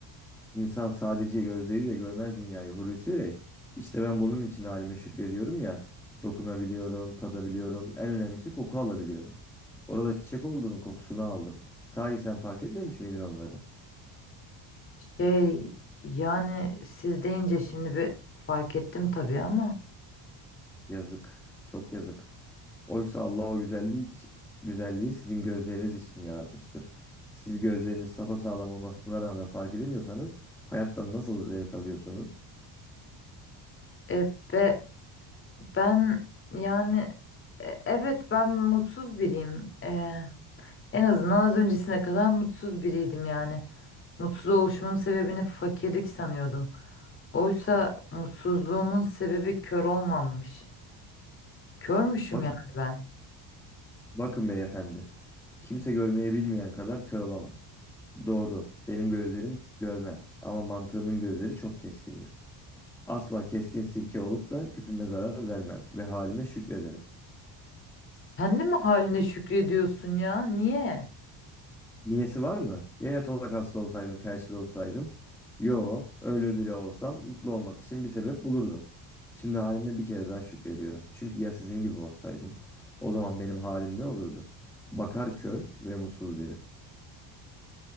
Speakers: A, in the centre; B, on the left.
A: İnsan sadece gözleriyle görmez dünyayı Hulusi Bey. İşte ben bunun için halime şükrediyorum ya. Dokunabiliyorum, tadabiliyorum. En önemlisi koku alabiliyorum. Orada çiçek olduğunun kokusunu aldım. Sahi sen fark etmemiş miydin onları?
B: Şey yani siz deyince şimdi bir fark ettim tabii ama.
A: Yazık, çok yazık. Oysa Allah o güzelliği, güzelliği sizin gözleriniz için yaratmıştır. Siz gözleriniz sapasağlam olmasına rağmen fark edemiyorsanız hayattan nasıl zevk alıyorsunuz?
B: E, be, ben yani e, evet ben mutsuz biriyim. E, en azından az öncesine kadar mutsuz biriydim yani. Mutsuz oluşumun sebebini fakirlik sanıyordum. Oysa mutsuzluğumun sebebi kör olmamış. Körmüşüm
A: Bakın,
B: yani ben.
A: bakın beyefendi. Kimse görmeyi bilmeyen kadar kör olamaz. Doğru. Benim gözlerim görmez ama mantığımın gözleri çok keskindir. Asla keskin sirke olup da küpüme zarar vermem ve halime şükrederim.
B: Sen de mi haline şükrediyorsun ya? Niye?
A: Niyesi var mı? Ya yatalak hasta olsaydım, felçli olsaydım? Yo, öyle bile olsam mutlu olmak için bir sebep bulurdum. Şimdi halime bir kere daha şükrediyorum. Çünkü ya sizin gibi olsaydım, o zaman benim halim ne olurdu? Bakar kör ve mutsuz biri.